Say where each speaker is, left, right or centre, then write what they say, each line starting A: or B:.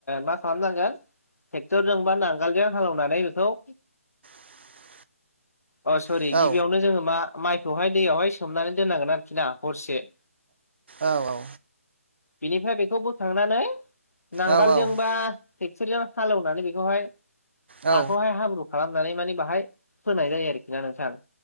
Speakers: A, on the left; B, on the right.
A: मा खालामनांगोन ट्रेक्टरजों बा नांगोलजों हालेवनानै बेखौ
B: <unintelligible>
A: अ सरि
B: औ
A: गिबियावनो जोङो मा माइखौहाय दैयावहाय सोमनानै दोननांगोन आरोखि ना हरसे
B: औ-औ।
A: बिनिफ्राय बेखौ बोखांनानै नांगोलजोंबा
B: औ
A: टेक फोरजों हालेवनानै बेखौहाय
B: औ
A: हाखौहाय हाब्रु खालामनानै माने बाहाय फोनाय जायो। <unintelligible> नोंथां।